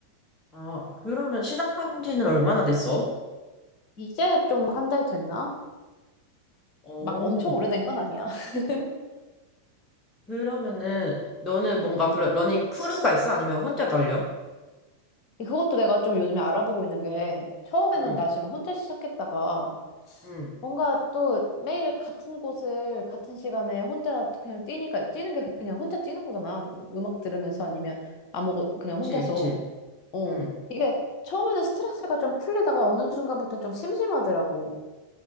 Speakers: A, on the left (about 20°); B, on the left (about 40°).
A: 아, 그러면 시작한 지는 얼마나 됐어?
B: 이제 좀 한 달 됐나?
A: 오.
B: 막 엄청 오래된 건 아니야. <laughs>
A: 그러면은, 너는
B: 응,
A: 뭔가
B: 응.
A: 그런 러닝 크루가 있어? 아니면 혼자 달려?
B: 그것도 내가 좀 요즘에 알아보고 있는 게 처음에는
A: 응,
B: 나 지금 혼자 시작했다가
A: 응.
B: 뭔가 또 매일 같은 곳을 같은 시간에 혼자 그냥 뛰니까 뛰는 게 그냥 혼자 뛰는 거잖아. 음악 들으면서 아니면 아무것 그냥
A: 그치,
B: 혼자서.
A: 그치.
B: 어.
A: 응,
B: 이게 처음에는 스트레스가 좀 풀리다가 어느 순간부터 좀 심심하더라고.